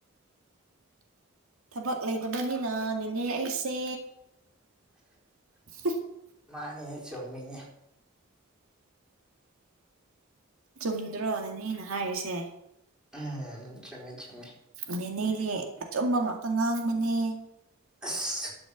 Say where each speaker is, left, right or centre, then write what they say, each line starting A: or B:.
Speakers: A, on the right; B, in the centre.
A: <inaudible> ꯊꯕꯛ ꯂꯩꯇꯕꯅꯤꯅ ꯅꯅꯦ ꯑꯩꯁꯦ <unintelligible>
B: ꯃꯥꯅꯤꯅꯦ ꯆꯨꯝꯃꯤꯅꯦ
A: ꯆꯨꯝꯗ꯭ꯔꯣꯅꯅꯦꯅ ꯍꯥꯏꯔꯤꯁꯦ
B: ꯎꯝ ꯆꯃꯦ ꯆꯃꯦ
A: ꯅꯦꯦꯅꯦꯅꯦ ꯑ ꯆꯨꯝꯕ ꯉꯥꯛꯇ ꯉꯥꯡꯕꯅꯦ
B: ꯑꯁ